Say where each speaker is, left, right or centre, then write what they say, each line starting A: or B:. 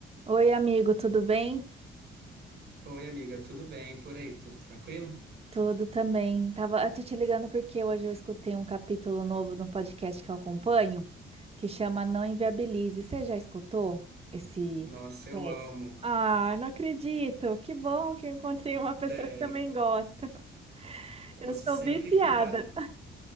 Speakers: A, on the right; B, on the right.
A: Oi, amigo, tudo bem?
B: Oi, amiga, tudo bem por aí? Tudo tranquilo?
A: Tudo também. Tava, eu tô te ligando porque hoje eu escutei um capítulo novo no podcast que eu acompanho, que chama Não Inviabilize. Você já escutou esse
B: Nossa, eu
A: podcast?
B: amo.
A: Ah, não acredito. Que bom que eu encontrei uma pessoa
B: Sério.
A: que também gosta.
B: Ouço
A: Eu sou
B: sempre
A: viciada.
B: que dá.